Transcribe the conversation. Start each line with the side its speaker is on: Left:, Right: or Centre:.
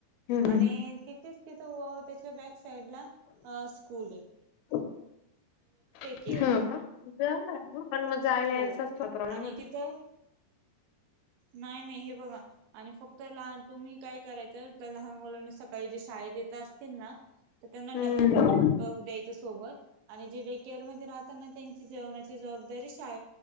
Left: हम्म
Right: आणि तिथेच तिथं त्याच्या बॅक साइड ला स्कूल हे.
Left: हा का, <unintelligible>
Right: केअर आहे
Left: जायला
Right: हो
Left: यायलाच
Right: आणि
Left: <unintelligible>
Right: तिथं नाही नाही हे बघा. आणि फक्त लहान तुम्ही काय करायचं जर लहान मुलांना सकाळी जे शाळेत येत असतील ना. तर त्यांना
Left: हम्म
Right: डबा प्र द्यायच सोबत आणि जे डे केअर मध्ये राह त्यांना त्यांची जेवणाची जबाबदारी शा